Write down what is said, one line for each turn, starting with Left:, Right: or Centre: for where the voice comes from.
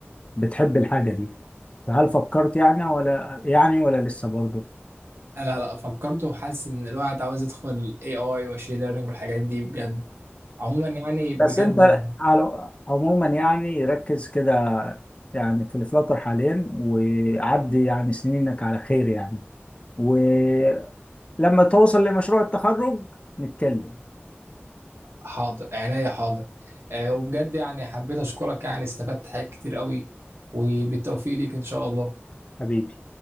Left: بتحب الحاجه دي فهل فكرت يعني ولا يعني ولا لسه برضو
Right: لا لا فكرت وحاسس ان الواحد عاوز يدخل اي اي وماشين ليرنينج والحاجات دي بجد عموما يعني بجد
Left: بس انت
Right: انا
Left: على عموما يعني ركز كده يعني في الفلاتر حاليا وعدي يعني سنينك على خير يعني ولما توصل لمشروع التخرج نتكلم
Right: حاضر عينيا حاضر آه، وبجد يعني حبيت اشكرك يعني استفدت حاجات كتير قوي وبالتوفيق ليك ان شاء الله
Left: حبيبي